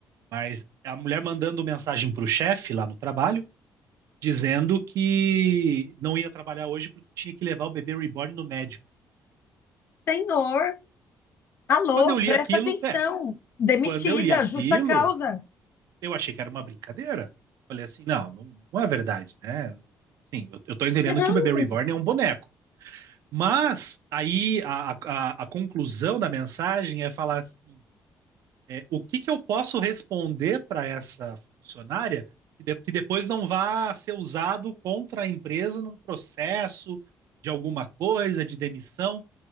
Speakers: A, on the right (about 65°); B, on the left (about 40°).
A: Mas a mulher mandando mensagem para o chefe lá no trabalho, dizendo que não ia trabalhar hoje porque tinha que levar o bebê reborn no médico.
B: Senhor, alô,
A: Quando eu li
B: presta
A: aquilo,
B: atenção.
A: é,
B: Demitida,
A: quando eu li aquilo,
B: justa causa.
A: eu achei que era uma brincadeira. Falei assim, não, não, não é verdade, né? Sim, eu, eu tô entendendo
B: Não,
A: que o bebê reborn é um boneco. Mas aí a, a, a conclusão da mensagem é falar assim: é, o que que eu posso responder para essa funcionária que, de- que depois não vá ser usado contra a empresa num processo de alguma coisa, de demissão?